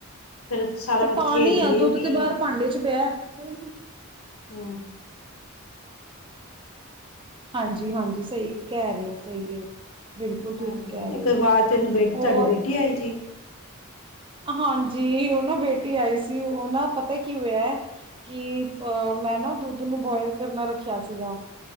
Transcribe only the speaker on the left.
ਫਿਰ ਸਾਰਾ
ਕੁੱਛ
ਖੇਡੀਏ
ਵੀ।
ਹਾ
ਹਾਂਜੀ
ਹ
ਕਈ
ਵਾਰ ਤੈਨੂੰ ਬੇ ਤੁਹਾਡੀ
ਬੇਟੀ ਆਈ ਜੀ।